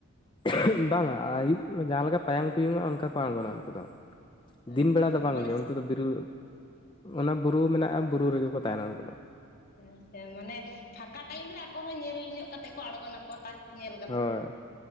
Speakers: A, on the left; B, on the left.
A: <unintelligible> ᱵᱟᱝᱟ ᱟᱭᱩᱵ ᱡᱟᱦᱟᱸ ᱞᱮᱠᱟ ᱯᱟᱭᱟᱝ ᱯᱩᱭᱩᱝᱚᱜᱼᱟ ᱚᱱᱠᱟ ᱠᱚ ᱟᱬᱜᱚᱱᱟ ᱩᱱᱠᱩ ᱫᱚ᱾
B: ᱟᱪᱪᱷᱟ
A: ᱫᱤᱱ ᱵᱮᱲᱟ ᱫᱚ ᱵᱟᱝᱜᱮ
B: ᱢᱟᱱᱮ
A: ᱩᱱᱠᱩ ᱫᱚ ᱵᱤᱨᱩ ᱚᱱᱟ ᱵᱩᱨᱩ ᱢᱮᱱᱟᱜᱼᱟ ᱵᱩᱨᱩ ᱨᱮᱜᱮ ᱠᱚ ᱛᱟᱦᱮᱱᱟ ᱩᱱᱠᱩ ᱫᱚ᱾
B: ᱟᱪᱷᱟ ᱢᱟᱱᱮ ᱯᱷᱟᱸᱠᱟ ᱴᱟᱭᱤᱢ ᱨᱮ ᱟᱠᱚ ᱦᱚᱸ ᱧᱮᱞ ᱧᱚᱜ ᱠᱟᱛᱮᱜ ᱠᱚ ᱟᱬᱜᱚᱱᱟᱼᱼ ᱠᱚ ᱛᱟᱠ ᱧᱮᱞᱼᱼ
A: ᱦᱚᱭ